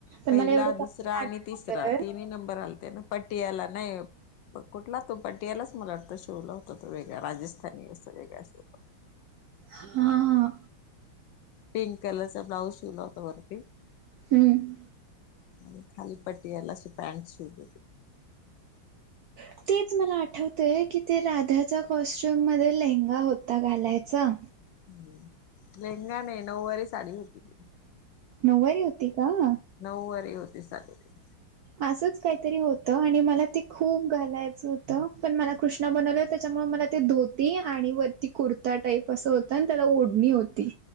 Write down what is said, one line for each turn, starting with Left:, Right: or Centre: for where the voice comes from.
Right: पण
Left: पहिला
Right: मला एवढं चांगलं
Left: दुसंरा आणि
Right: आठवतंय
Left: तिसंरा तीनही नंबर आलते नां पट्टी यांला नाहीं पं कुठंला तो पटियालाच मलां वाटतं शेवलां होताो तो वेगळां राजस्थनी असं वेगळां शेवला
Right: हां हां
Left: पिंक कलरंचा ब्लाउज शिवलां होतां वरंती
Right: हम्मं
Left: आणि खांली पटीला पॅट शूंट
Right: हं तेचं मलां आठवतंय ते कॉस्ट्युम मध्यें लेहंगा होतां घालांयचा
Left: हम्मं लेहंगा नाहीं नऊवारी सांडी होती ती
Right: नऊवारी होती कां
Left: नऊ वारी होती सांडी ति
Right: असंच कांहीतरी होतं आणि मलां ते खूंप घालायचं होतं पणं मलां कृष्णा बनवले हो त्यांच्यामुळे मलां ते धोती आणि वरती कुर्ता टाईप असं होतं आणि त्यांला ओढणी होती